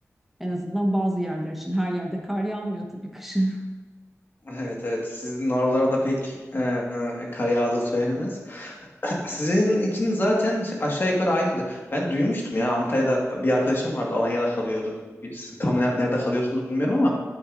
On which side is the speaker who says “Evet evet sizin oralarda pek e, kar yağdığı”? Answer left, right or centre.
Left